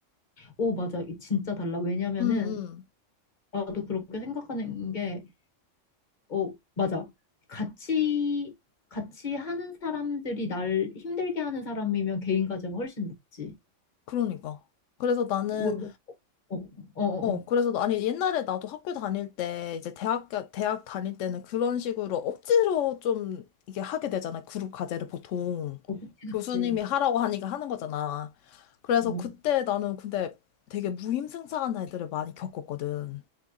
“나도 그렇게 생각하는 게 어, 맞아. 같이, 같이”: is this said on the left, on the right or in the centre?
Left